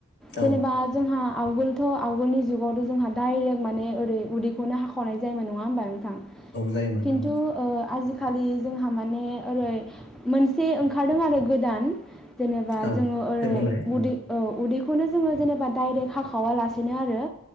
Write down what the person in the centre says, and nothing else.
जेनेबा
जोंहा आवगोलथ' आवगोलनि जुगावथ' जोंहा डाइरेक्ट माने ओरै उदैखौनो हाखावनाय जायोन नङा होनोमबा नों थां
खिनथु ओ खालि जोंहा माने ओरै मोनसे ओंखारदों आरो गोदान जेने
जोङो ओरै
उदै ओ उदै खौनो जोङो जेनेबा डाइरेक्ट हाखावालासिनो आरो